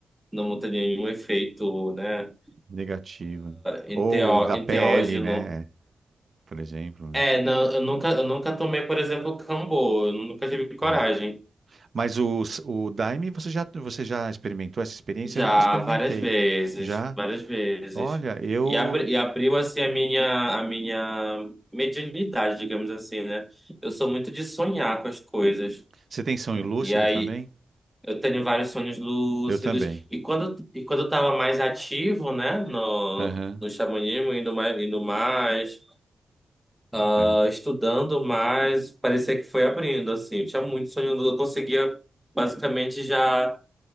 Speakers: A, in the centre; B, on the right.
A: não tem nenhum efeito, né,
B: Negativa. né?
A: enteo-
B: Ou da
A: enteógeno.
B: pele, né? É, Por exemplo, né?
A: É, não, eu nunca, eu nunca tomei, por exemplo, Cambô, eu nunca tive coragem.
B: Aham. Mas o, o Daime, você já, você já experimentou essa experiência?
A: Já
B: Eu nunca experimentei.
A: várias vezes,
B: Já?
A: várias vezes.
B: Olha, eu.
A: E, abri, e abriu, assim, a minha, a minha mediunidade, digamos assim, né? Eu sou muito de sonhar com as coisas.
B: Você tem sonho lúcido
A: E aí,
B: também?
A: eu tenho vários sonhos lúcidos.
B: Eu também.
A: E quando, e quando eu tava mais ativo, né, no,
B: Aham,
A: no xamanismo, indo mais, indo mais ah,
B: aham.
A: estudando, mas parecia que foi abrindo, assim. Eu tinha muito sono, eu conseguia basicamente já